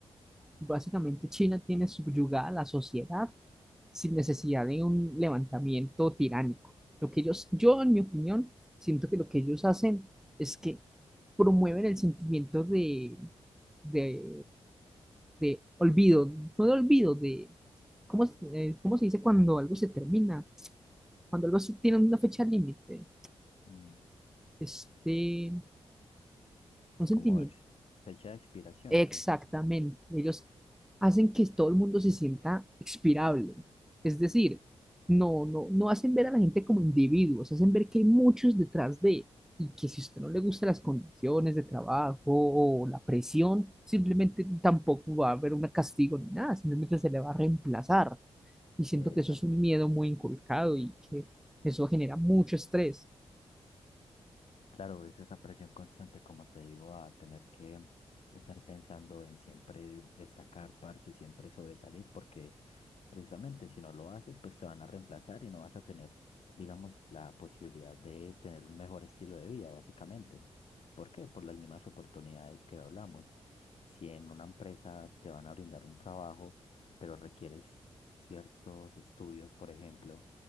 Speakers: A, in the centre; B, on the left (about 65°).
A: Básicamente China tiene subyugada la sociedad sin necesidad de un levantamiento tiránico. Lo que ellos, yo en mi opinión, siento que lo que ellos hacen es que promueven el sentimiento de, de, de olvido, no de olvido, de ¿cómo, es- eh, cómo se dice cuando algo se termina? Cuando algo se tiene una fecha límite,
B: Mm,
A: este, un sentimiento
B: Como ex- fecha de expiración,
A: Exactamente.
B: ok.
A: Ellos hacen que todo el mundo se sienta expirable. Es decir, no, no, no hacen ver a la gente como individuos, hacen ver que hay muchos detrás de, y que si a usted no le gustan las condiciones de trabajo o la presión, simplemente tampoco va a haber un castigo ni nada, simplemente se le va a reemplazar. Y siento
B: Eh,
A: que
B: exacto.
A: eso es un miedo muy inculcado y que eso genera mucho estrés.
B: Claro, es esa presión constante, como te digo, a tener que estar pensando en siempre destacar, parce, siempre sobresalir, porque precisamente si no lo haces, pues te van a reemplazar y no vas a tener, digamos, la posibilidad de tener un mejor estilo de vida, básicamente. ¿Por qué? Por las mismas oportunidades que hablamos. Si en una empresa te van a brindar un trabajo, pero requieres ciertos estudios, por ejemplo,